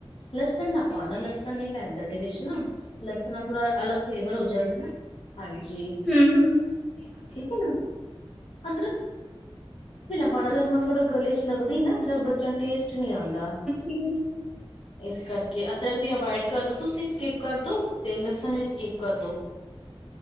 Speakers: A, on the left; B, in the centre.
A: ਲਸਣ ਨਾ ਪਾਉਣਾ ਲਸਣ ਨੀ ਪੈਂਦਾ ਇਹਦੇ ਵਿੱਚ ਨਾ। ਲਸਣ ਨਾਲ ਥੋੜਾ ਅਲੱਗ ਫਲੇਵਰ ਹੋ ਜਾਂਦਾ ਨਾ ਹਾਂਜੀ।
B: ਹੂੰ -ਹੂੰ
A: ਠੀਕ ਹੈ ਨਾ ਅਦਰਕ ਪਾਉਣਾ ਜ ਨਾਲ ਥੋੜਾ ਗਲੇ 'ਚ ਲੱਗਦੀ ਨਾ ਬੱਚਾ ਨੂੰ ਟੇਸਟ ਨੀ ਆਂਦਾ।
B: <unintelligible>
A: ਇਸ ਕਰਕੇ ਅਦਰਕ ਵੀ ਅਵਇਡ ਕਰਦੋ ਤੁਸੀਂ ਸਕਿਪ ਕਰਦੋ ਤੇ ਲਸਣ ਵੀ ਸਕਿਪ ਕਰਦੋ।